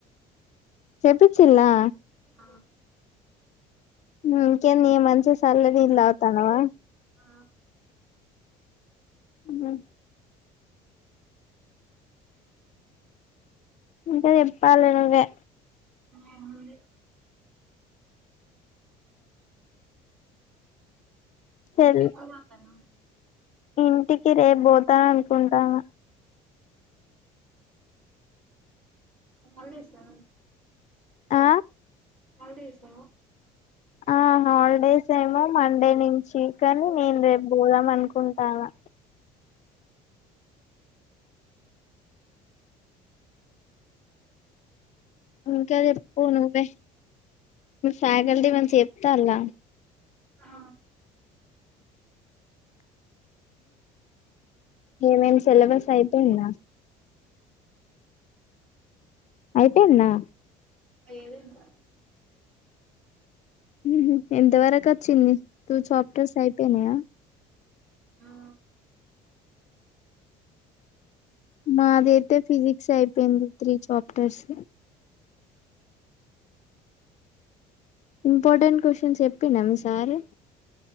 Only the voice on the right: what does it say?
ఆ
ఆ
ఏముంది
ఎప్పుడు పోతన్నవ్
హాలిడేసా
హాలిడేసా
ఆ
లేదు ఇంకా
ఆ